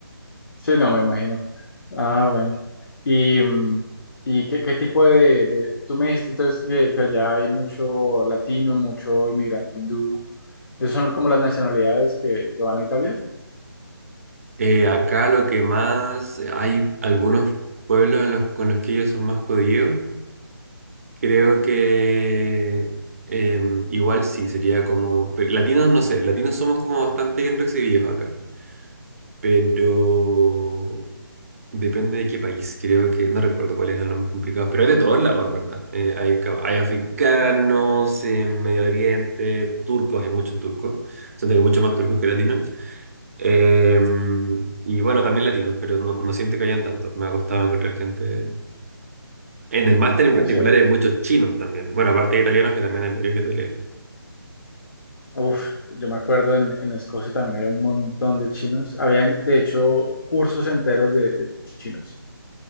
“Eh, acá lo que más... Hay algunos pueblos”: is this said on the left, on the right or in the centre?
Right